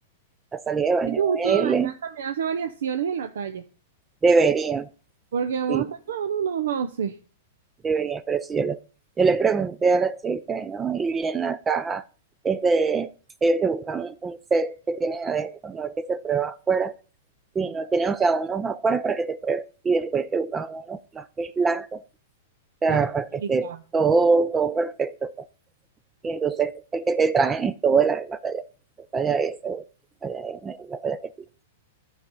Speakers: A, on the right (about 15°); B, on the right (about 80°).
A: la salida de baño
B: E Giusto,
A: L,
B: Daniel también hace variaciones en la talla,
A: deberían,
B: porque vamos
A: sí,
B: a estar claro, no 11.
A: Debería, pero si yo le, yo le pregunté a la chica, ¿no? Y vi en la caja, este, ellos te buscan un, un set que tienen adentro, no el que se prueba afuera, sino tienen, o sea, unos afuera para que te pruebes y después te buscan uno más que es blanco, o sea,
B: Claro,
A: para
B: delicado.
A: que esté todo, todo perfecto. pues. Y entonces el que te traen es todo de la misma talla, la talla S, o la talla M, la talla que tú.